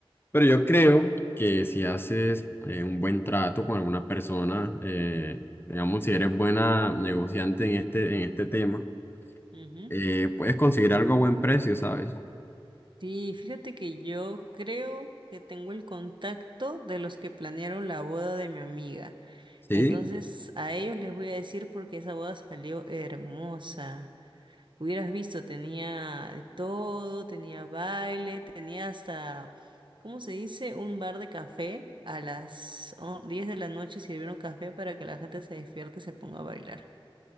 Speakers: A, on the left; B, on the right.
A: Pero yo creo que si haces eh, un buen trato con alguna persona, eh, digamos, si eres buena negociante en este, en este tema,
B: Ujú.
A: eh, puedes conseguir algo a buen precio, ¿sabes?
B: Sí, fíjate que yo creo que tengo el contacto de los que planearon la boda de mi amiga.
A: ¿Sí?
B: Entonces a ellos les voy a decir porque esa boda salió hermosa. Hubieras visto, tenía de todo, tenía baile, tenía hasta, ¿cómo se dice? Un bar de café. A las on- 10 de la noche sirvieron café para que la gente se despierte y se ponga a bailar.